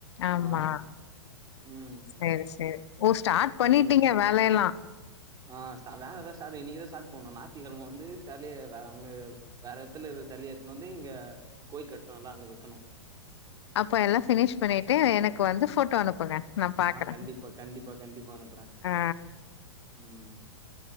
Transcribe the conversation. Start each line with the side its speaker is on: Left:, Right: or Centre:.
Left: ஆமா.
Right: ஆ ம்
Left: சரி, சரி. ஓ! ஸ்டார்ட் பண்ணிட்டீங்க
Right: ம்
Left: வேலையெல்லாம்.
Right: அ ஸ்டா வேலதா ஸ்டாட்டு இன்னிக்கிதா ஸ்டாட் பண்ணோ நாய்த்தி கெழம வந்து சலயே வ அங்க வேற எட்த்துல இருக்குற செலய எட்த்துண் வந்து இங்க கோயில் கட்ணோல்ல அங்க வக்கணு
Left: அப்போ எல்லா ஃபினிஷ் பண்ணிட்டு எனக்கு வந்து ஃபோட்டோ அனுப்புங்க நான் பாக்குறேன்.
Right: ஆ கண்டிப்பா கண்டிப்பா கண்டிப்பா அனுப்புற
Left: ஆ
Right: ம்